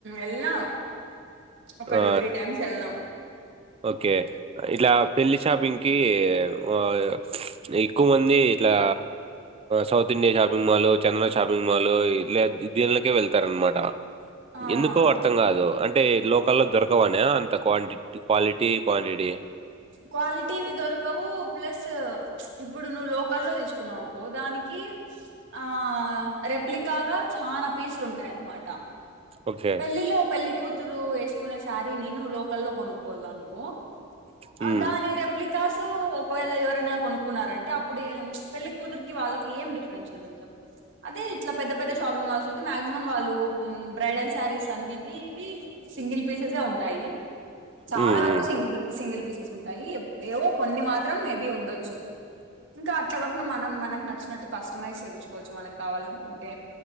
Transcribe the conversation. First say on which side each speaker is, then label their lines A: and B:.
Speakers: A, on the right; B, on the right.
A: ఎల్నా ఒక
B: ఆ!
A: టూ త్రీ టైమ్స్ ఎళ్నం.
B: ఓకే. ఇట్లా పెళ్ళి షాపింగ్కీ, ఓయ ఎక్కువ మందీ ఇట్లా south India shopping mall, Chandana shopping mall ఇలా దీన్లకే వెళ్తార్ అన్మాటా.
A: ఆ,
B: ఎందుకో అర్థం గాదూ. అంట్ టే లోక్ కల్లో దొరకవనా అంత క్వాంటి క్వాలిటీ, క్వాంటిటీ.
A: క్వాలిటీవి దొరకవూ ప్లస్సా, ప్చ్ ఇప్పుడు నువ్వు లోకల్లో తీసుకున్నావునుకో దానికీ ఆ రేప్ ప్లికాగా చానా పీసులుంటాయన్నమాట.
B: ఓకే.
A: పెళ్ళి లో పెళ్లి కూత్ తురూ ఏసుకునే శారీని నువ్ లోకల్ లో కొనుక్కోవాల అనుకో
B: హ్మ్.
A: ఆ దాని రెప్లిక్ కాసూ ఒకవేళ ఎవరైనా కొనుక్కున్నారంటే అప్పుడు ఈ ప్చ్ పెళ్ళి కూతురికి వాళ్ళకి ఏం డిఫరెన్స్ ఉంటుంది చెప్. అదే ఇట్లా పెద్ద పెద్ద షాపింగ్ మాల్స్ అయితే మాక్సిమం వాళ్ళూ ఉం బ్రైడల్స్ శారీస్ అన్నీటీవి సింగిల్ పీసెసే ఉంటాయి. చాలా
B: హ్మ్.
A: వరకూ
B: హ్మ్.
A: సింగిల్ సింగిల్ పీసెస్ ఉంటాయి. ఏవో కొన్ని మాత్రం మేబి ఉండొచ్చు. ఇంకా అట్ల కాకుండా మనం మనక్ నచ్ నట్టు కస్టమైజ్ చేపిచ్చుకోవచ్చు మనక్ కావాలనుకుంటే.